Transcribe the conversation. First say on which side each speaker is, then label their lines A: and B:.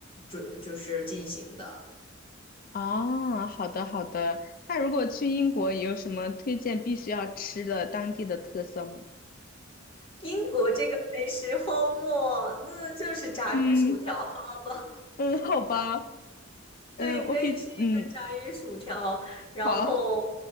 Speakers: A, on the left (about 25°); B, on the left (about 45°).
A: 准就是进行的。
B: 啊，好的好的。那如果去英国，有什么推荐必须要吃的当地的特色吗？
A: 英国这个美食荒漠，那就是炸鱼薯条了。
B: 嗯 <laughs> 嗯，好吧。嗯，
A: 对，你可以吃一个炸鱼薯条，
B: 我比嗯
A: 然后
B: 好。